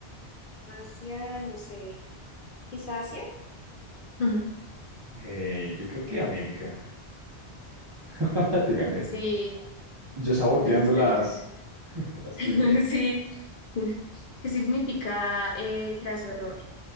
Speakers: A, on the left; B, on the right.
A: Asia, no sé. ¿Quizá Asia? Ujú.
B: Eh, yo creo que América. <laughs> Te gané.
A: Sí,
B: Yo saboteando
A: lo hiciste
B: las,
A: bien. amigo.
B: <laughs> las
A: <laughs>
B: trivias.
A: Sí. <laughs> ¿Qué significa eh, craso error?